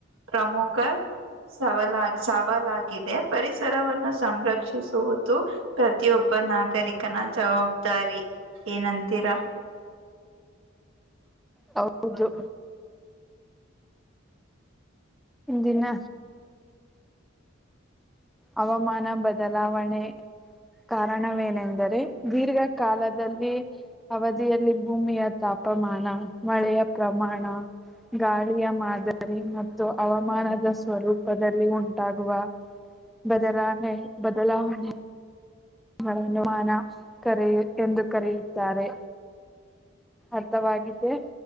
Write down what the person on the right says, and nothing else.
ಪ್ರಮುಖ ಸವಾಲ ಸವಾಲಾಗಿದೆ ಪರಿಸರವನ್ನು ಸಂರ ರಕ್ಷಿಸುವುದು ಪ್ರತಿಯೊಬ್ಬ ನಾಗರಿಕ ಜವಾಬ್ದಾರಿ ಏನಂತೀರಾ